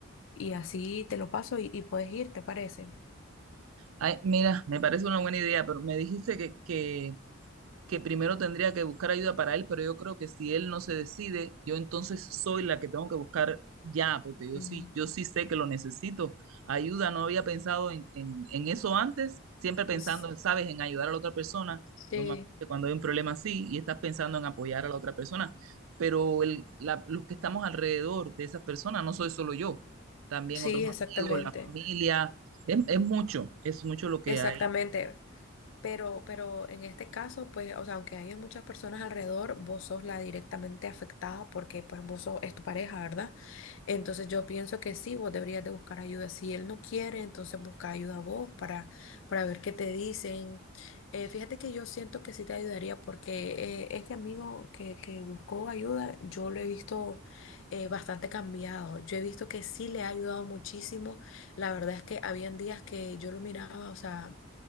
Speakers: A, on the left; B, on the right.
A: y así te lo paso y, y puedes ir, ¿te parece?
B: ay, mira, me parece una buena idea, pero me dijiste que, que que primero tendría que buscar ayuda para él, pero yo creo que si él no se decide, yo entonces soy la que tengo que buscar ya, porque yo
A: Mm,
B: sí, yo sí sé que lo necesito. Ayuda, no había pensado en, en, en eso antes, siempre pensando,
A: Pues
B: sabes, en ayudar a la otra persona,
A: Sí,
B: normalmente cuando hay un problema así y estás pensando en apoyar a la otra persona, pero el, la- los que estamos alrededor de esas personas no soy solo yo, también
A: sí,
B: otros amigos,
A: exactamente,
B: la familia, es, es mucho, es mucho lo que
A: exactamente.
B: hay.
A: Pero, pero en este caso, pues, o sea, aunque haya muchas personas alrededor, vos sos la directamente afectada porque, pues, vos sos, es tu pareja, ¿verdad? Entonces yo pienso que sí, vos deberías de buscar ayuda. Si él no quiere, entonces busca ayuda a vos para, para ver qué te dicen. Eh, fíjate que yo siento que sí te ayudaría porque eh, este amigo que, que buscó ayuda, yo lo he visto eh, bastante cambiado. Yo he visto que sí le ha ayudado muchísimo. La verdad es que habían días que yo lo miraba, o sea